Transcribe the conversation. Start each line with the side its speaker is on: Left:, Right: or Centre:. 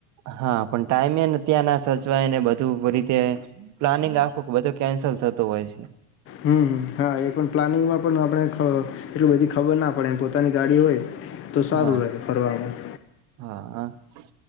Right: હા પણ ટાઈમે એને ત્યાં ના સચવાયને બધું રીતે પ્લાનિંગ આખું કે બધો કેન્સલ થતો હોય છે
Left: હમ હા એ પણ પ્લાનિંગમાં પણ આપણે એટલું બધી ખબર ના પડે એમ પોતાની ગાડી હોય તો સારું
Right: હા
Left: રહે ફરવાવામાં
Right: હા હ